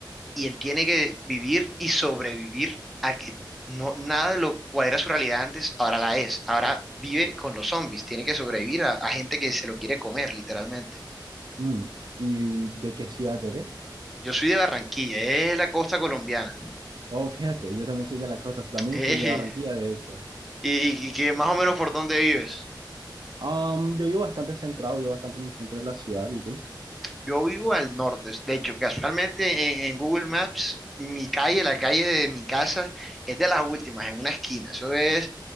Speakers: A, in the centre; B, on the right.
A: y él tiene que vivir y sobrevivir a que no, nada de lo cual era su realidad antes, ahora la es. Ahora vive con los zombies, tiene que sobrevivir a, a gente que se lo quiere comer, literalmente.
B: Mm, ¿Y de qué ciudad eres?
A: Yo soy de Barranquilla, es la costa colombiana.
B: Oh, fíjate, yo también soy de la costa, también
A: <laughs>
B: soy de Barranquilla, de hecho.
A: Y, y- y que más o menos por dónde vives.
B: Um, yo vivo bastante centrado, vivo bastante en el centro de la ciudad, ¿y tú?
A: Yo vivo al norte. De hecho, casualmente en, en Google Maps, mi calle, la calle de mi casa, es de las últimas, en una esquina. Eso es